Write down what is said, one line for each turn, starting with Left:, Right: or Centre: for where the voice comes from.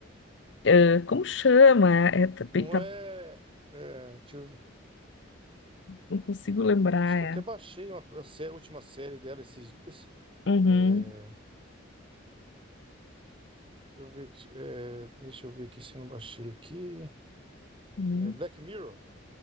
Left: Ãh, como chama? É, é, tá bem-
Right: Não
Left: tá-
Right: é, é, deixa eu ver.
Left: não consigo lembrar,
Right: Acho que
Left: é.
Right: eu até baixei uma, a sé- última série dela esses dias.
Left: Uhum,
Right: É, Deixa eu ver, é, deixa eu ver aqui se eu não baixei aqui.
Left: uhum.
Right: É, Black Mirror?